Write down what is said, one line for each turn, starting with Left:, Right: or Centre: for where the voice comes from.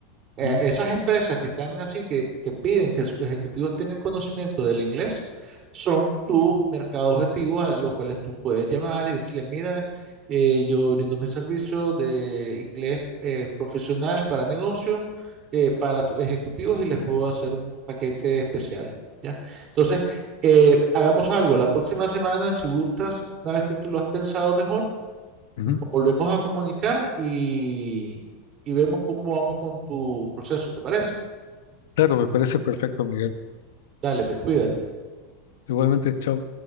Right: eh,
Left: Ujú,
Right: esas empresas que están así, que, que piden que sus ejecutivos tengan conocimiento del inglés, son tu mercado objetivo a los cuales tú puedes llamar y decirle, mira, eh, yo brindo mi servicio de inglés eh, profesional para negocios, eh, para tus ejecutivos y les puedo hacer un paquete especial, ¿ya? Entonces, eh, hagamos algo. La próxima semana, si gustas, una vez que tú lo has pensado mejor,
Left: ujú.
Right: nos volvemos a comunicar y, y vemos cómo vamos con tu proceso, ¿te parece?
Left: Claro, me parece perfecto, Miguel.
Right: Dale, pues cuídate.
Left: Igualmente, chao.